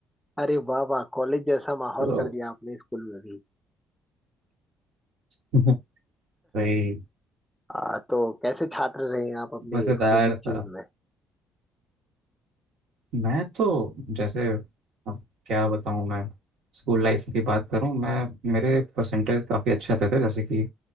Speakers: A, in the centre; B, on the right.
A: अरे वाह वाह कॉलेज जैसा माहौल
B: तो
A: कर दिया आपने स्कूल में भी
B: <laughs> भाई
A: आ, तो कैसे छात्र रहे हैं आप अपने
B: मज़ेदार
A: स्कूली
B: था
A: जीवन में
B: मैं तो जैसे अब क्या बताऊं मैं स्कूल लाइफ की बात करूं मैं मेरे परसेंटेज काफ़ी अच्छे आते थे जैसे कि